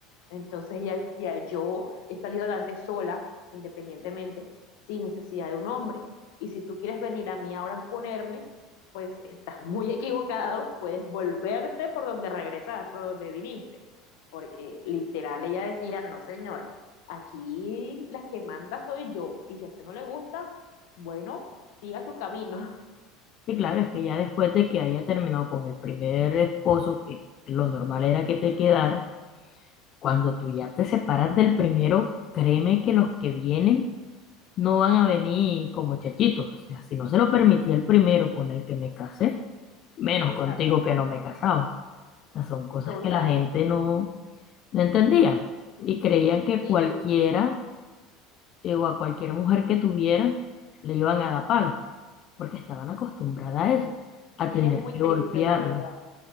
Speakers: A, on the left; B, on the left.
A: Entonces ella decía, yo he salido adelante sola, independientemente, sin necesidad de un hombre. Y si tú quieres venir a mí ahora a ponerme, pues estás muy equivocado, puedes volverte por donde regresas, por donde viniste. Porque literal ella decía, no señor, aquí la que manda soy yo. Y si a usted no le gusta, bueno, siga su camino.
B: Y claro, es que ya después de que haya terminado con el primer esposo, que lo normal era que te quedara, cuando tú ya te separas del primero, créeme que los que vienen no van a venir como chachitos. O sea, si no se lo permitía el primero con el que me casé, menos
A: <laughs> Exactamente,
B: contigo que no me he casado. O sea, son cosas
A: total.
B: que la gente no, no entendía y creían que
A: Sí,
B: cualquiera eh, o a cualquier mujer que tuviera, le iban a dar palos, porque estaban acostumbradas a eso, a
A: sí,
B: tener
A: es muy
B: que
A: triste,
B: golpearlo,
A: la verdad.